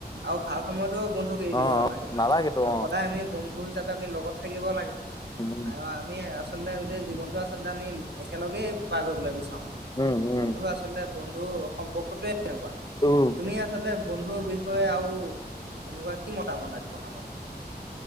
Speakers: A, on the right (about 80°); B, on the left (about 25°).
A: আৰু ভাল সময়তো বন্ধুক এৰি
B: অ অ
A: দিব নালাগে।
B: নালাগেতো অ
A: সদায় আমি বন্ধু হিচাপে আমি লগত থাকিব লাগে
B: উম
A: আৰু আমি আচলতে গোটেই জীৱনটো আচলতে আমি একেলগেই পাৰ কৰিবলৈ বিচাৰো
B: উম উম
A: বন্ধু আচলতে আচলতে বন্ধু সম্পৰ্কটোয়ে এনেকুৱা
B: উম
A: তুমি আচলতে বন্ধুৰ বিষয়ে আৰু এনেকুৱা কি মতামত আগবঢ়োৱাবা?